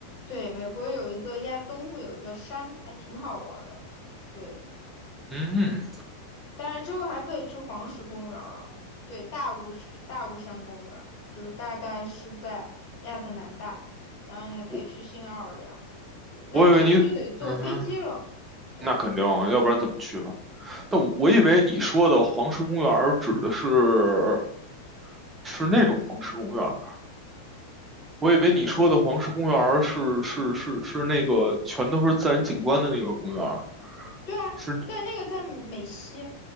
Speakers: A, on the left (about 50°); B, on the right (about 15°).
A: 对，美国有一个亚东部有一个山，还挺好玩儿的。对，
B: 嗯，
A: 当然之后还可以去黄石公园了，对，大雾是大雾山公园，就大概是在亚特兰大，然后你还可以去新奥尔良，
B: 我
A: 对，但是这个就得坐飞机了，
B: 我以为你，嗯哼，
A: 对，
B: 那肯定啊，要不然怎么去嘛？但我我以为你说的黄石公园儿指的是
A: 嗯，
B: 是那种黄石公园儿我以为你说的黄石公园儿是是是是那个全都是自然景观的那个公园儿
A: 对啊，
B: 是
A: 但那个在美西，